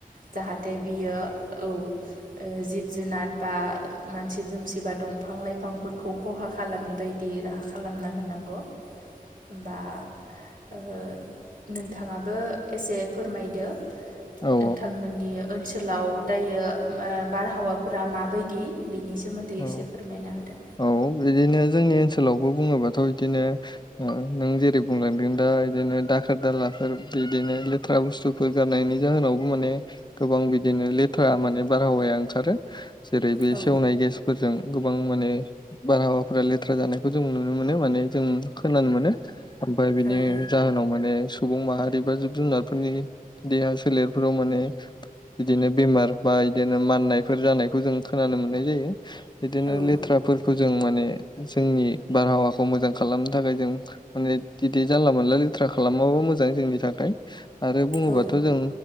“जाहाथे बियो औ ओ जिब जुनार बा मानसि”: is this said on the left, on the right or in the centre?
Right